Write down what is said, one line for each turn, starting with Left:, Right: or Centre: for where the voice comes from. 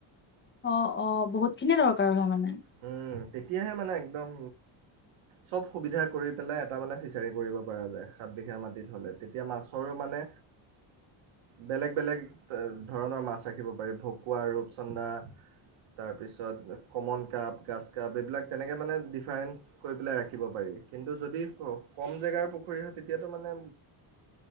Left: অ', অ' বহুত খিনি দৰকাৰ হয় মানে।
Right: উম। তেতিয়াহে মানে একদম চব সুবিধা কৰি পেলাই এটা মানে ফিছাৰী কৰিব পৰা যায় সাতবিঘা মাটিত হ'লে। তেতিয়া মাছৰো মানে বেলেগ-বেলেগ ধৰণৰ মাছ ৰাখিব পাৰি। ভকুৱা, ৰূপচন্দা তাৰপিছত কমন কাপ, গাচকাপ এই বিলাক তেনেকে মানে ডিফাৰেঞ্চ কৰি পেলাই ৰাখিব পাৰি। কিন্তু যদি ক-কম জেগাৰ পুখুৰী হয় তেতিয়াতো মানে